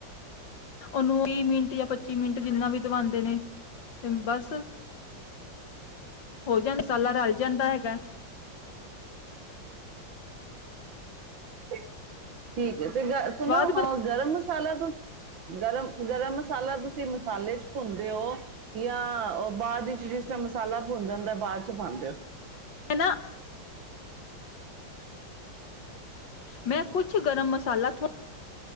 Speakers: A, on the left (about 75°); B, on the right (about 85°).
A: ਉਹਨੂੰ ਵੀਹ ਮਿੰਟ ਯ ਪੱਚੀ ਮਿੰਟ ਜਿੰਨਾ ਵੀ ਦਵਾਉਂਦੇ ਨੇ। ਤੇ ਬਸ। ਭੌਜਨ ਮਸਾਲਾ ਰਲ ਜਾਂਦਾ ਹੈਗਾ।
B: ਤੇ ਠੀਕ ਹੈ ਤੇ ਗੱਲ ਸੁਣੋ
A: ਸਵਾਦ ਬਣ
B: ਅ ਗਰਮ ਮਸਾਲਾ ਮਸਾਲਾ ਤੁਸੀ ਗਰਮ-ਗਰਮ ਮਸਾਲਾ ਤੁਸੀਂ ਮਸਾਲੇ ਚ ਭੁੰਨਦੇ ਹੋ, ਯਾ ਉਹ ਬਾਅਦ ਵਿੱਚ ਜਿਸ ਟਾਈਮ ਮਸਾਲਾ ਭੁੰਨ ਜਾਂਦਾ ਹੈ, ਬਾਅਦ ਚ ਪਾਂਦੇ ਹੋ
A: ਨਾ ਮੈਂ ਕੁਛ ਗਰਮ ਮਸਾਲਾ ਥੋ